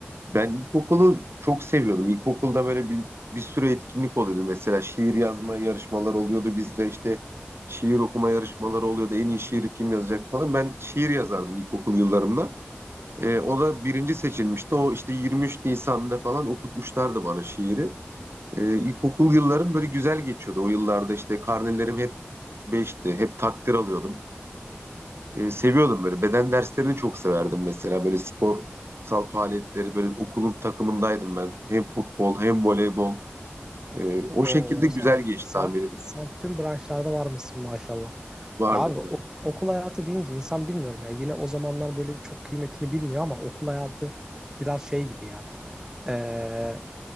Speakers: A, on the right; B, on the right.
A: Ben ilkokulu çok seviyordum. İlkokulda böyle bir, bir sürü etkinlik oluyordu. Mesela şiir yazma yarışmalar oluyordu. Bizde işte şiir okuma yarışmaları oluyordu. En iyi şiiri kim yazacak falan. Ben şiir yazardım ilkokul yıllarımda. Ee, o da birinci seçilmişti. O işte 23 Nisan'da falan okutmuşlardı bana şiiri. Ee, ilkokul yıllarım böyle güzel geçiyordu. O yıllarda işte karnelerim hep beşti, Hep takdir alıyordum. E, seviyordum böyle. Beden derslerini çok severdim mesela. Böyle sporsal faaliyetleri böyle okulun takımındaydım ben. Hem futbol hem voleybol. E, o
B: Oo
A: şekilde güzel
B: sen
A: geçti
B: sen,
A: tamirim.
B: sen tüm branşlarda varmışsın maşallah.
A: Vardı
B: Ya abi
A: galiba.
B: o- okul hayatı deyince insan bilmiyorum ya. Yine o zamanlar böyle çok kıymetini bilmiyor ama okul hayatı biraz şey gibi ya. Ee,